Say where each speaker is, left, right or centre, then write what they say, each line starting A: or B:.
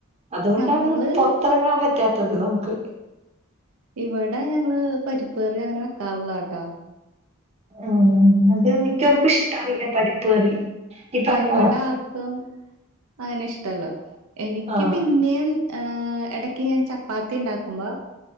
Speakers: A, on the right; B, on the right.
A: അതുകൊണ്ടാണ്
B: ഞങ്ങള്
A: പൊറത്തെറങ്ങാൻ പറ്റാത്തത് നമക്ക്
B: ഇവിടെ ഞങ്ങള് പരിപ്പ് കറി അങ്ങനെ വെക്കാറില്ലാട്ടാ
A: ആഹ് അത് മിക്കവർക്കും ഇഷ്ട്ടാവില്ല പരിപ്പ് കറി. ഈ പറഞ്ഞ
B: ആ ഇവിടെ ആർക്കും അങ്ങനെ ഇഷ്ടല്ല എനിക്ക്
A: ആ
B: പിന്നേ ഇടക്ക് ഞാൻ ചപ്പാത്തി ഉണ്ടാക്കുമ്പോ